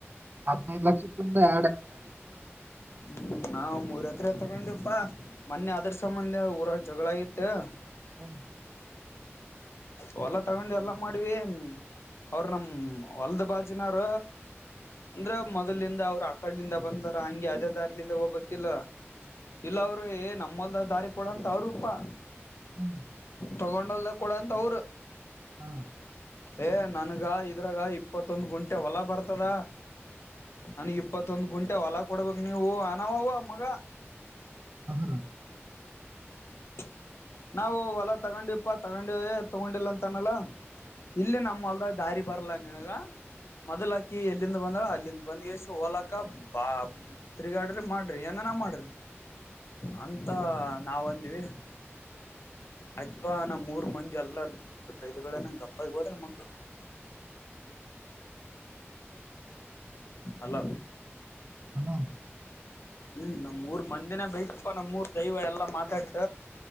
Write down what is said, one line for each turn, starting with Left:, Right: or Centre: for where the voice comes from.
Right: ಹದಿನೈದು ಲಕ್ಷಕ್ಕಿಂದಡ್
Left: ಹ್ಮ್ ನಾವವು ಮೂರಕರೆ ತಗೊಂಡು ಪ್ಪಾ ಮೊನ್ನೆ ಅದ್ರ ಸಂಬಂಧ ಊರಾಗ ಜಗಳಾಗಿತ್ತು
Right: ಹ
Left: ಹೊಲ್ಲ ತಗೊಂಡು ಎಲ್ಲಾ ಮಾಡ್ವಿ ಅವ್ರ ನಮ ಹೊಲದ ಬಾಜಿನಾರ ಅಂದ್ರ ಮೊದ್ಲಿಂದ ಅವರು ಆ ಕಡ್ಲಿಂದ ಬಂದಾರ ಹಂಗೆ ಅದೇ ದಾರ್ಲಿಂದ ಹೋಗ್ಬೇಕಕ್ಿಲ್ಲ ಇಲ್ಲ ಅವರು ಏ ನಮ್ಮ ಲ್ದಾಗ ದಾರಿ ಕೊಡಂತ ಅವರುೂಪ್ಪಾ
Right: ಹ್ಮ್
Left: ತಗೊಂಡಲ್ದ ಕೂಡ ಅಂತ ಅವ್ರು
Right: ಹಾ
Left: ಏ ನನಗೆ ಇದ್ರಾಗ ಇಪ್ಪತ್ತೊಂದು ಗುಂಟೆ ಹೊಲ ಬರ್ತದ ನಾನ ಇಪ್ಪತ್ತು ಮತ್ತೊಂದು್ ಗಂಟೆ ಹೊಲ ಕೊಡ್ಬೇಕಕ್ ನೀವು ಅನವು ಮಗ
Right: ಹ ರ
Left: ಹ್ಮ ನಾವು ಹೊಲ ತಗೊಂಡುಪ್ಪಾ ತಗೊಂಡೇ ತಗೊಂಡಿಲ್ಲಂತನಲ್ಲ ಇಲ್ಲೇ ನಮ್ಮ ಅಲ್ದಾಗ ದಾರಿ ಬರಲ್ಲ ನಿಿನಗ ಮೊದ್ ಹಾಕಿ ಎಲ್ಲಿಂದ ಬಂದಳ ಅಲ್ಲಿ ಇಲ್ಲಿಂದ ಬಂದ್ ಎಷ್ಟ ಹೋಲಕ್ಕ ಬಾ ತಿರುಗಾಡ್ರಿ ಮಾಡ್ರಿ ಏನನ ಮಾಡ್ರಿ ಅ ಮತ್ತ ನಾವ ಅಂದೀವಿ ಅಧ್ವಾಾನ ಮೂರು ಮಂಜ ಅಲ್ಲ ಬೈದ ನಂಗಗೆ ಅಪ್ಪಗ ಹೋದ್ರ ಮಕ್ಕಳು ಅಲ
Right: ಹಲೋ
Left: ಹ್ಮ್ ನಮ್ಮ್ೂರ್ ಮಂದಿನ ಬೈತಪ್ಪಾ ನಮ್ಮೂರ್ ದೈವ ಎಲ್ಲಾ ಮಾತಾಡತ